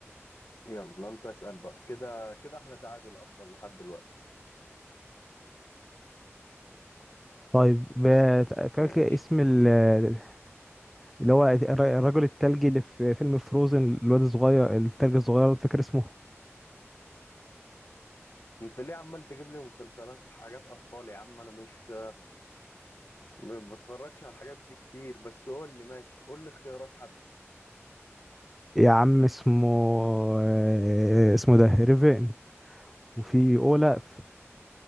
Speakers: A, on the left; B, in the centre.
A: يلا انت اسأل بقى كده كده احنا تعادل اصلا لحد دلوقتي
B: طيب ب- فاكر
A: ماشي
B: اسم ال- اللي هو الر- الرجل التلجي اللي في فيلم فروزن الواد الصغير التلج الصغير فاكر اسمه
A: انت ليه عمال تجيب لي مسلسلات حاجات اطفال يا عم انا مش ما بتفرجش على الحاجات دي كتير بس قول لي ماشي قول لي اختيارات حتى
B: يا عم اسمه آه، اسمه ده ريفين وفي اولاف